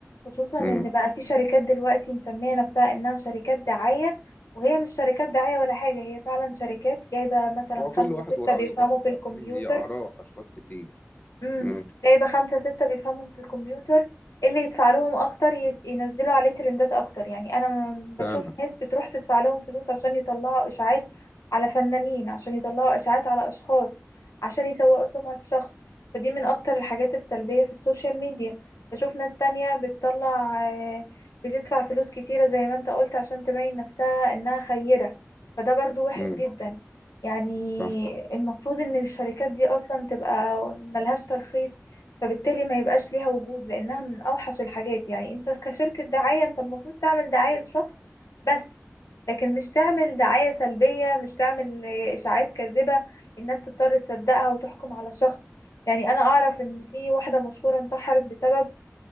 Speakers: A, on the left (about 85°); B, on the left (about 35°).
A: خصوصا ان
B: مم.
A: بقى في شركات دلوقتي مسمية نفسها انها شركات دعاية وهي مش شركات دعاية ولا حاجة هي فعلا شركات جايبة مثلا
B: هو كل
A: خمسة
B: واحد
A: ستة
B: ورأيه
A: بيفهموا
B: برضه
A: في
B: فاهماني
A: الكمبيوتر
B: هي آراء أشخاص كتير
A: امم
B: امم
A: جايبة خمسة ستة بيفهموا في الكمبيوتر إيه اللي يدفع لهم أكتر يس- ينزلوا عليه ترندات أكتر يعني أنا م- بشوف
B: فعلا
A: ناس بتروح تدفع لهم فلوس عشان يطلعوا إشاعات على فنانين عشان يطلعوا إشاعات على أشخاص عشان يسوقوا سمعة شخص فدي من أكتر الحاجات السلبية في السوشيال ميديا بشوف ناس تانية بتطلع آه، بتدفع فلوس كتيرة زي ما انت قلت عشان تبين نفسها إنها خيرة فده برضو وحش
B: امم
A: جدا يعني
B: صح
A: المفروض ان الشركات دي اصلا تبقى ملهاش ترخيص فبالتالي ما يبقاش ليها وجود لانها من اوحش الحاجات يعني انت كشركة دعاية انت المفروض تعمل دعاية لشخص بس لكن مش تعمل دعاية سلبية مش تعمل اشاعات كاذبة الناس تضطر تصدقها وتحكم على شخص يعني انا اعرف ان في واحدة مشهورة انتحرت بسبب